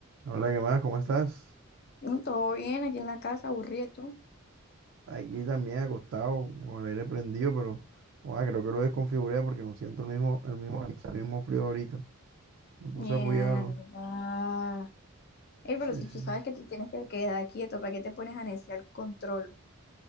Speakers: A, on the right; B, on the left.
A: Hola, ¿qué más? ¿Cómo estás?
B: No, todo bien, aquí en la casa, aburrido. tú.
A: Aquí también acostado, con el aire prendido, pero oa, creo que lo desconfiguré porque no siento el mismo, el mismo, el mismo frío ahorita. Me puse
B: Mierda.
A: a apoyarlo.
B: Ey,
A: Sí,
B: pero si
A: sí.
B: tú sabes
A: sí.
B: que te tienes que quedar quieto, ¿para qué te pones a neciar el control?